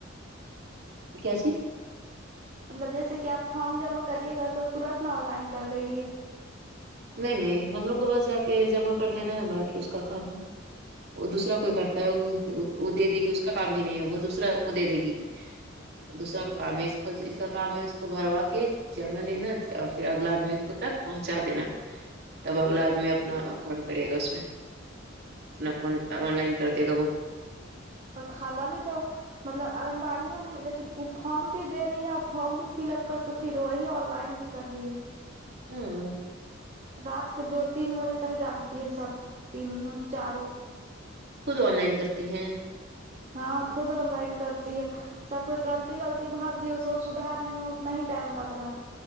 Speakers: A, on the right; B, on the right.
A: کیسی
B: مطلب جیسے کہ آپ فارم جمع کریے گا تو ترت نا آن لائن کر دے گی
A: نہیں نہیں ہم لوگ کو بس جا کے جمع کر دینا نا باقی اس کا کام ہے وہ دوسرا کوئی کرتا ہے دے دے گی اس کا کام بھی نہیں ہے وہ دوسرا کو دے دے گی دوسرا کا کام ہے اس کو اس کا کام ہے اس کو بھروا کے جمع لینا اور پھر اگلا آدمی کو تک پہنچا دینا تب اگلا آدمی اپنا کام کرے گا اس میں اپنا آن لائن کر دے گا وہ
B: اور خالہ بھی تو مطلب آگنباڑی وال رہی لیکن ا فارم بھی دے رہی ہے فارم بھی فل اپ کر کے پھر وہی آن لائن بھی کر رہی ہے
A: ہمم
B: رات کو دو تین بجے تک جاگتی ہے سب تین چاروں
A: خود آن لائن کرتی ہیں
B: ہاں خود آن لائن کرتی ہے سب کوئی غلطی غلطی بھر دی اس کو سدھارنے میں اتنا ہی ٹائم لگ رہا ہے